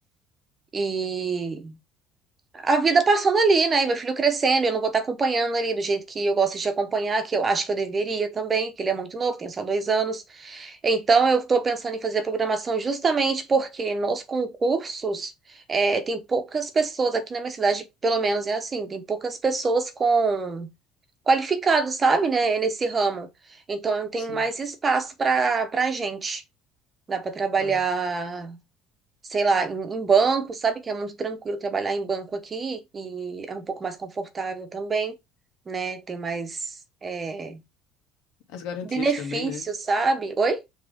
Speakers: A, on the right (about 25°); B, on the left (about 75°).
A: E a vida passando ali, né? E Meu filho crescendo, eu não vou estar acompanhando ali do jeito que eu gosto de acompanhar, que eu acho que eu deveria também, que ele é muito novo, tem só dois anos. Então, eu estou pensando em fazer a programação justamente porque nos concursos eh, tem poucas pessoas, aqui na minha cidade, pelo menos é assim, tem poucas pessoas com qualificados, sabe, né, nesse ramo. Então, não tem
B: sim.
A: mais espaço para para gente. Dá para trabalhar,
B: Ah,
A: sei lá, em, em banco, sabe, que é muito tranquilo trabalhar em banco aqui e é um pouco mais confortável também, né, tem mais eh,
B: as garantias
A: benefícios,
B: também, né?
A: sabe? Oi?